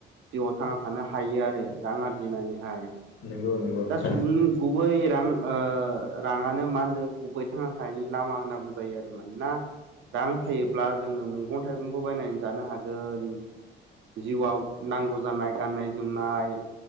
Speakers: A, on the right (about 70°); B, on the left (about 80°).
A: जिउआव थांना थानो हायो आरो रां आरजिनानैहाय
B: नंगौ नंगौ नोंथां
A: दा सुबुंनि गुबै रां ओ राङानो मा होनदों गुबै थांना थानायनि लामा होनना बुंजायो आरो मानोना रां थायोब्ला जोङो मैगं थाइगंबो बायनानै जानो हागोन जिउआव नांगौ जानाय गाननाय जोमनाय